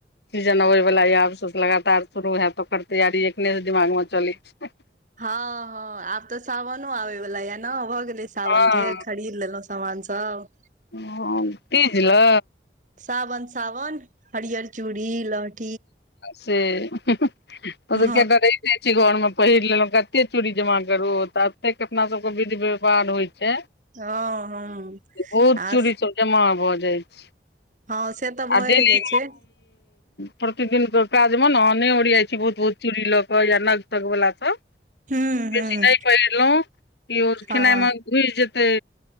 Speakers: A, on the left (about 75°); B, on the right (about 45°).
A: सीजन अबै वाला आब लगातार शुरू हय त ओकर तैयारी एकखने से दिमाग मे चलैत छै,
B: हँ हँ आब तऽ सावनो आबे वाल ये ने भ गेले सावन
A: हँ
B: के खरीद लेलो ' समान सब
A: ओ तीज ल
B: सावन सावन हरिहर चूड़ी लहठी
A: से ह ह ओत
B: हँ
A: केटा रहै <inaudible> जाई छी घर मे पहिर लेलहुं कते चुड़ी जमा करु त एतेक अपना सब के विध व्यावहार होइ छै
B: हँ हँ
A: बहुत
B: आ
A: चूड़ी सब जमा भऽ जाइ छै
B: हँ से तऽ भए
A: आ डेली
B: जाइ छै
A: प्रतिदिन के काजमे ने अहाँ नहि ओरियाइ छै बहुत बहुत चूड़ी लग क ओइला नग तग बला सब क
B: हूँ हूँ
A: बेसी नहि पहिरलहुँ ई ओ
B: हँ
A: खेनाइ मे घुस जेतै,